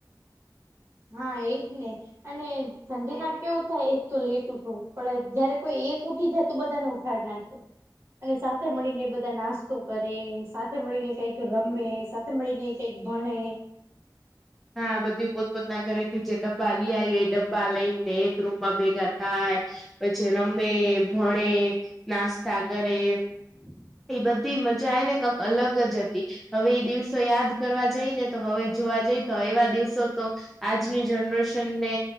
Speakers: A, on the right; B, in the centre.
A: હા, એ જ ને. અને સાંજે એવું ને કેવું થાય, એક તો લેટ ઊઠો, પણ જ્યારે કોઈ એક ઊઠી જાય તો બધાને ભણાવવાના છે. અને સાથે મળીને, બધા નાસ્તો કરે, સાથે મળીને કઈક રમે. મળી નઈ કઈક ભણે.
B: હા, બધી પોતપોતના ઘરેથી જે ડબ્બા લઈ આવી, એ ડબ્બા લઈને, એક રૂમમાં ભેગા થાય. પછી રમે, ભણે નાસ્તા કરે.
A: હ.
B: એ બધી મજા આવે ને, કંક અલગ જ હતી, હવે એ દિવસો યાદ કરવા જાય ને, તો હવે જોવા જઈ. તો એવા દિવસો તો. આજની જનરેશન ને,